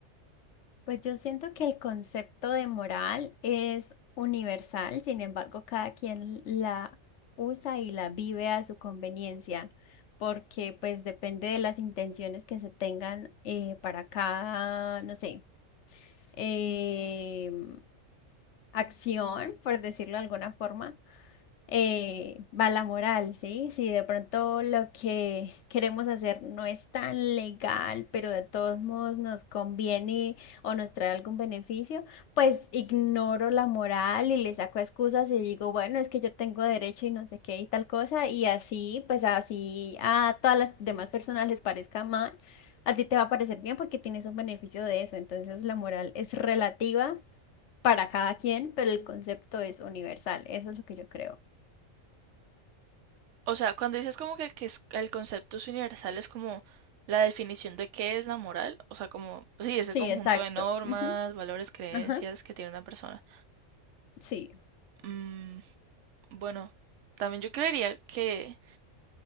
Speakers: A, on the left (about 65°); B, on the right (about 65°).
A: Pues yo siento que el concepto de moral es universal, sin embargo, cada quien la usa y la vive a su conveniencia, porque pues depende de las intenciones que se tengan eh, para cada, no sé, em, acción, por decirlo de alguna forma. eh, va la moral, ¿sí? Si de pronto lo que queremos hacer no es tan legal, pero de todos modos nos conviene o nos trae algún beneficio, pues ignoro la moral y le saco excusas y digo, bueno, es que yo tengo derecho y no sé qué y tal cosa, y así, pues así a todas las demás personas les parezca mal. A ti te va a parecer bien porque tienes un beneficio de eso. Entonces la moral es relativa para cada quien, pero el concepto es universal. Eso es lo que yo creo.
B: O sea, cuando dices como que, que es- el concepto es universal, es como la definición de qué es la moral. O sea, como, sí, es el
A: Sí,
B: conjunto
A: exacto.
B: de normas,
A: Ujú,
B: valores, creencias
A: Ajá,
B: que tiene una persona.
A: sí.
B: Mm, bueno, también yo creería que